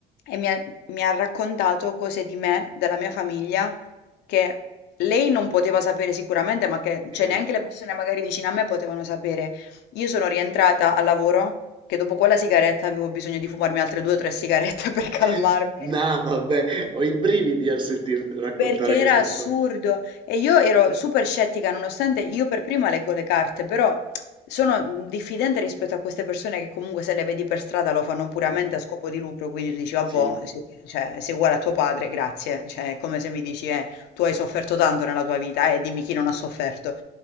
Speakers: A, on the left; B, on the right.
A: E mi ha, mi ha raccontato cose di me, della mia famiglia, che lei non poteva sapere sicuramente, ma che
B: ok.
A: cioè, neanche le persone magari vicine a me potevano sapere. Io sono rientrata al lavoro che dopo quella sigaretta avevo bisogno di fumarmi altre due o tre sigarette <laughs> per calmarmi.
B: <laughs> No, vabbè, ho i brividi al sentir raccontare
A: Perché era
B: questa
A: assurdo
B: storia.
A: e io ero super scettica, nonostante io per prima leggo le carte, però sono diffidente rispetto a queste persone che comunque se le vedi per strada lo fanno puramente
B: Sì,
A: a scopo di lucro, quindi tu dici, vabbè,
B: sì.
A: se- cioè, sei uguale a tuo padre, grazie, cioè è come se mi dici, eh, tu hai sofferto tanto nella tua vita e dimmi chi non ha sofferto.